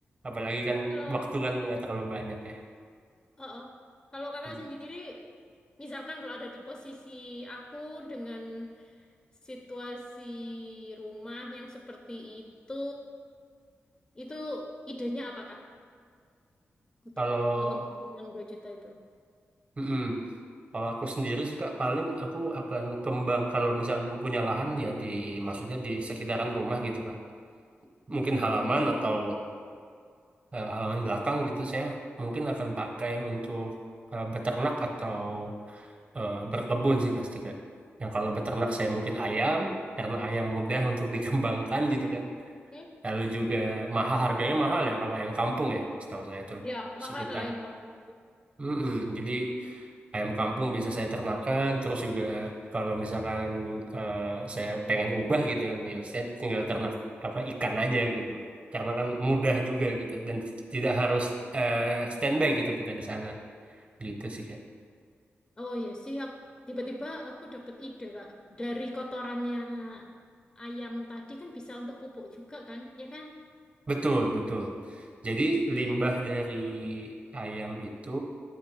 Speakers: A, on the right; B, on the left.
A: Apalagi kan
B: Kalau,
A: waktu kan nggak terlalu banyak ya.
B: oh, oh. Kalau kakak
A: Hmm.
B: sendiri, misalkan kalau ada di posisi aku dengan situasi rumah yang seperti itu, itu idenya apa, Kak? Untuk
A: Kalau
B: mengembangkan yang 2 juta itu.
A: Mm-mm. Kalau aku sendiri sih Kak, paling aku akan kembang kalau misalkan aku punya lahan ya di maksudnya di sekitaran rumah gitu kan. Mungkin
B: Mm-mm.
A: halaman atau eh, halaman belakang gitu saya mungkin akan pakai untuk eh, beternak atau eh, berkebun sih pasti Kak. Yang kalau beternak saya mungkin ayam karena ayam mudah untuk <laughs> dikembangkan gitu kan.
B: Hmm?
A: Lalu juga mahal harganya mahal ya kalau ayam kampung ya setahu saya tuh
B: Ya, mahal
A: sekitar.
B: ayam kampung itu.
A: Mm-mm. Jadi ayam kampung bisa saya ternakan terus juga kalau misalkan eh, saya pengen ubah gitu kan ya saya tinggal ternak apa ikan aja gitu karena kan mudah juga gitu dan t- tidak harus eh, standby gitu kita di sana gitu sih Kak.
B: Oh iya sih, aku- tiba-tiba aku dapat ide, Kak. Dari kotorannya ayam tadi kan bisa untuk pupuk juga kan, ya kan?
A: betul betul jadi
B: Jadi,
A: limbah dari
B: Heeh.
A: ayam itu